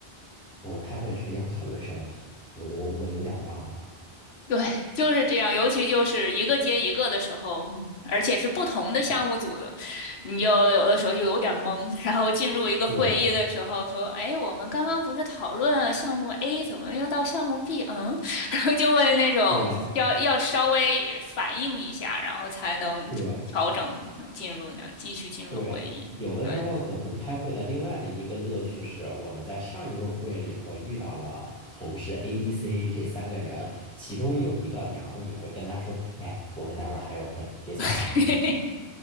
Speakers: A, in the centre; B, on the left.
A: 我们开会时要讨论什么？我我我有点儿忘了。
B: <laughs> 对，就是这样，尤其就是一个接一个的时候，嗯而且是不同的项目组的，你就有的时候又有点懵。<laughs> 然后进入一个会议的时候，
A: 对
B: 说：“哎，我们刚刚不是讨论了项目 A，怎么又到项目 B？” 嗯，<laughs> 然后就会那种要要稍微反应一下，
A: 对
B: 然后才能调整，
A: 对。
B: 然后进入，然后继续进入会议。
A: 对，有的时候可能开会的另外的一个乐趣是，
B: 对，
A: 我们在上一个会里头遇到了同事 A、B、C 这三个人，其中有一个，然后你会跟他说：“哎，我们待会儿还有会，别走啊。”
B: <laughs> <laughs>